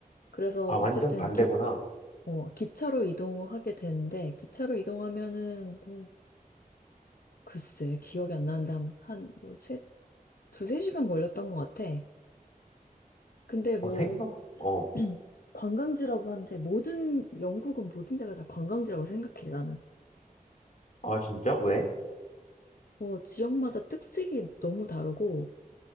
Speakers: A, on the left; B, on the left.
A: 그래서
B: 아 완전
A: 어쨌든
B: 반대구나.
A: 기, 어, 기차로 이동하게 되는데, 기차로 이동하면은 뭐, 글쎄, 기억이 안 나는데 한, 한, 뭐, 세, 두세 시간 걸렸던 것 같아. 근데 뭐,
B: 어 생각, 어,
A: <clears throat> 관광지라고 하는데 모든, 영국은 모든 데가 다 관광지라고 생각해, 나는.
B: 아 진짜? 왜?
A: 뭐, 지역마다 특색이 너무 다르고,